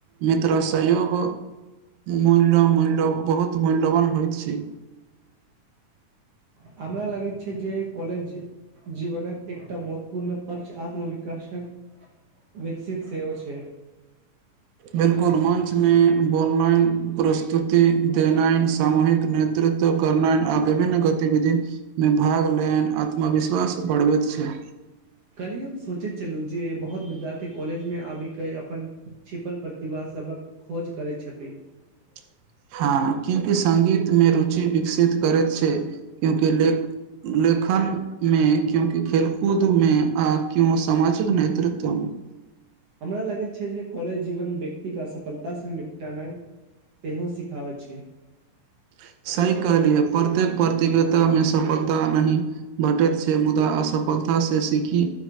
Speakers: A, on the right (about 80°); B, on the right (about 60°).
A: मित्र सहयोग मूल्य मूल्य बहुत मूल्यवान हो छी
B: हमरा लागै छै जे कॉलेज जीवनक एकटा महत्वपूर्ण पर्च आत्मविकाशक विकसित सेव छै
A: बिलकुल मञ्चमे बॉनलाइन प्रस्तुति देना सामूहिक नेतृत्व करनाइ आ विभिन्न गतिविधि मे भाग ले आत्मविश्वास बढ़बत छै
B: कलिय हम सोचैत छललू जे बहुत विद्यार्थी कॉलेज मे आबि के अपन छिपल प्रतिभास सबक खोज करै छथि
A: <unintelligible> हँ क्यूंकि सगीत मे रुचि विकसित करैत छै क्यूंकि ले लेखन मे क्यूंकि खेल कूद मे आ क्यूं सामाजिक नेतृत्व मे <unintelligible>
B: हमरा लगैत छै जे कॉलेज जीवन व्यक्तिके असफलता से निपटानइ सेहो सिखाबैत छै
A: <unintelligible> सी कहलियै प्रत्येक प्रतियोगिता में सफलता नहि भेटैत छै मुदा असफलता से सीखी